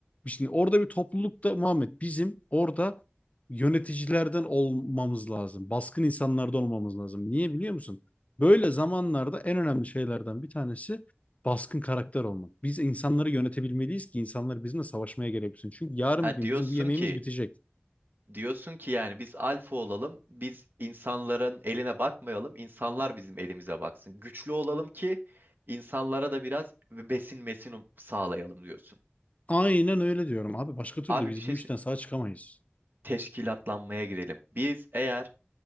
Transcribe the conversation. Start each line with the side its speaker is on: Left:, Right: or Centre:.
Left: Şimdi orada bir toplulukta Muhammed bizim orada yöneticilerden olmamız lazım. Baskın insanlardan olmamız lazım. Niye biliyor musun? Böyle zamanlarda en önemli şeylerden bir tanesi baskın karakter olmak. Biz insanları yönetebilmeliyiz ki insanlar bizimle savaşmaya gereksin. Çünkü yarın
Right: Ha
Left: bir gün
Right: diyorsun
Left: bizim bu yemeğimiz
Right: ki
Left: bitecek.
Right: diyorsun ki yani biz alfa olalım. Biz insanların eline bakmayalım. insanlar bizim elimize baksın. Güçlü olalım ki insanlara da biraz besin mesin sağlayalım diyorsun.
Left: Aynen öyle diyorum abi. Başka türlü
Right: Abi
Left: biz
Right: bir şey
Left: bu işten
Right: sö-
Left: sağ çıkamayız.
Right: teşkilatlanmaya girelim. Biz eğer